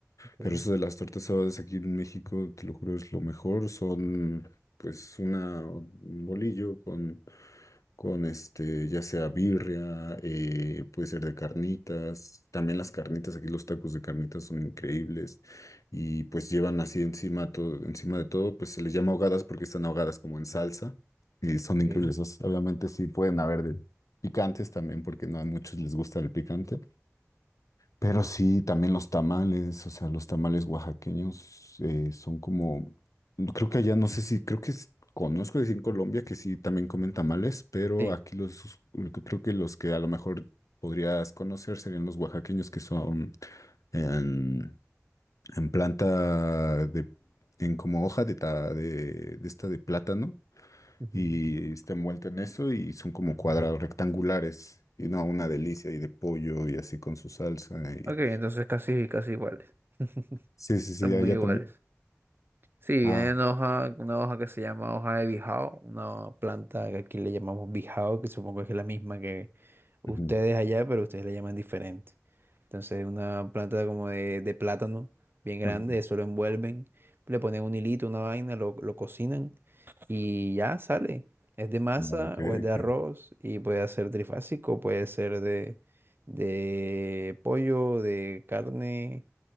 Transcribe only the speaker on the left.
Pero eso de las tortas ahogadas aquí en México, te lo juro, es lo mejor. Son pues una, un bolillo con, con este, ya sea birria, eh, puede ser de carnitas. También las carnitas, aquí los tacos de carnitas son increíbles. Y pues llevan así encima, todo, encima de todo, pues se les llama ahogadas porque están ahogadas como en salsa. Y son
increíbles. esos. Obviamente sí pueden haber de picantes también, porque no a muchos les gusta el picante. Pero sí, también los tamales, o sea, los tamales oaxaqueños eh, son como, no, creo que allá, no sé si, creo que es- conozco decir en Colombia que sí también comen tamales, pero
aquí los, creo que los que a lo mejor podrías conocer serían los oaxaqueños que son en, en planta de, en como hoja de, ta- de, de esta de plátano
y está envuelta en eso y son como cuadrados rectangulares. Y no, una delicia y de pollo y así con su salsa. Y...
Sí, sí, sí,
allá
también.
Ah,
ujú,
ujú.
No, ok,
ok.